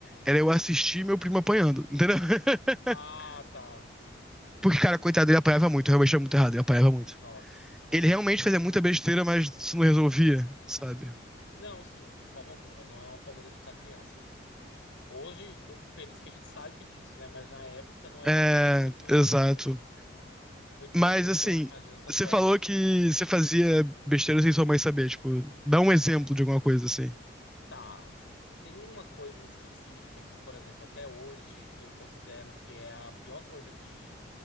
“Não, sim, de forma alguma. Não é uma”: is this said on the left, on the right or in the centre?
Left